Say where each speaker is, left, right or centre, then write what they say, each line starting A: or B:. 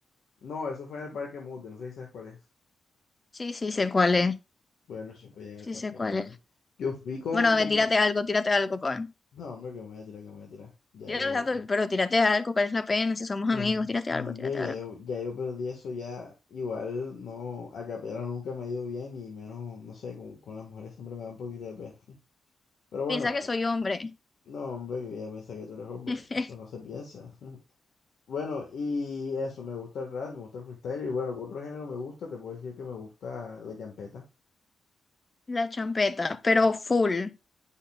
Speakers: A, on the left; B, on the left.
A: No, eso fue en el Parque Mundi, no sé si sabes cuál es.
B: Sí, sí, sé cuál es.
A: Bueno, eso fue ya en el
B: Sí,
A: Parque
B: sé cuál
A: Mundi.
B: es.
A: Yo fui con,
B: Bueno,
A: con...
B: ve, tírate algo, tírate algo, pues.
A: No, hombre, que me voy a tirar, que me voy a tirar. Ya
B: Tírate
A: yo...
B: los datos, pero tírate algo, ¿cuál es la pena? Si somos
A: No,
B: amigos, tírate
A: no,
B: algo,
A: hombre,
B: tírate
A: ya
B: algo.
A: yo, ya yo perdí eso ya. Igual no, a capela nunca me ha ido bien y menos, no sé, con, con las mujeres siempre me da un poquito de pena. <laughs> Pero bueno,
B: Piensa que
A: eh,
B: soy hombre.
A: no, hombre, que ya pensé que tú eres hombre,
B: <laughs>
A: eso no se piensa. <laughs> Bueno, y eso, me gusta el rap, me gusta el freestyle, y bueno, ¿qué otro género me gusta? Te puedo decir que me gusta la champeta.
B: La champeta, pero full.